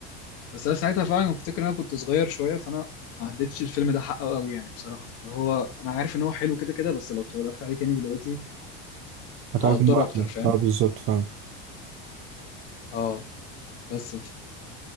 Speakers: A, on the left (about 45°); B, on the right (about 40°).
A: بس انا ساعتها فعلا افتكر ان انا كنت صغير شويه فانا ما عدتش الفيلم ده حقه قوي يعني بصراحه اللي هو انا عارف ان هو حلو كده كده بس لو اتفرجت عليه تاني دلوقتي
B: هتعرف
A: هقدره
B: انه احلى
A: اكتر فاهم
B: اه بالظبط فاهم
A: اه بس